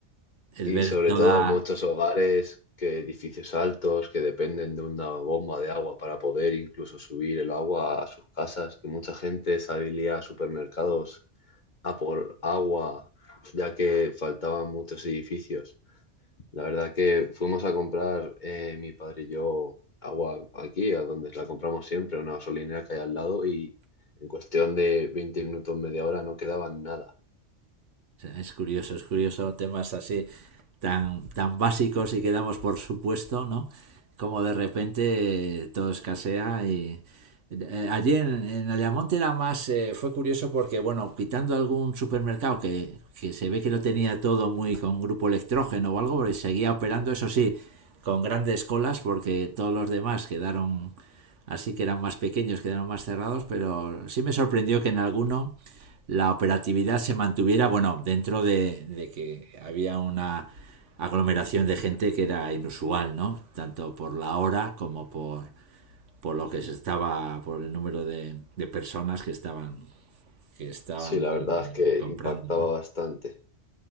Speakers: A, on the right (about 80°); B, on the left (about 40°).
A: el
B: Y
A: ver
B: sobre
A: toda
B: todo muchos hogares que edificios altos que dependen de una bomba de agua para poder incluso subir el agua a sus casas, que mucha gente salía a supermercados a por agua ya que faltaban muchos edificios. La verdad que fuimos a comprar eh, mi padre y yo agua aquí, a donde la compramos siempre, una gasolinera que hay al lado y en cuestión de veinte minutos, media hora no quedaba nada.
A: Es curioso, es curioso temas así tan, tan básicos y que damos por supuesto, ¿no? Como de repente eh, todo escasea y... eh, Allí en, en Ayamonte era más, eh, fue curioso porque, bueno, quitando algún supermercado que, que se ve que lo tenía todo muy con grupo electrógeno o algo, pero seguía operando, eso sí, con grandes colas porque todos los demás quedaron así que eran más pequeños, quedaron más cerrados, pero sí me sorprendió que en alguno la operatividad se mantuviera, bueno, dentro de, de que había una aglomeración de gente que era inusual, ¿no? Tanto por la hora como por, por lo que se estaba, por el número de, de personas que estaban, que estaban
B: Sí, la verdad
A: eh,
B: es que
A: comprando,
B: impactaba
A: ¿no?
B: bastante.